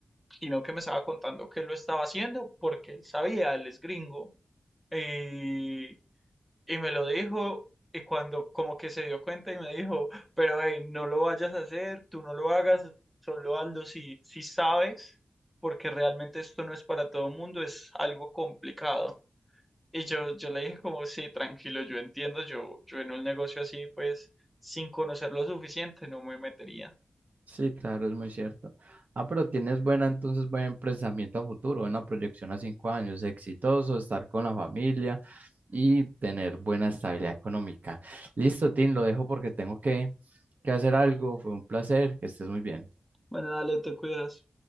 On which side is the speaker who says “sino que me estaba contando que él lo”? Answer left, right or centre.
Centre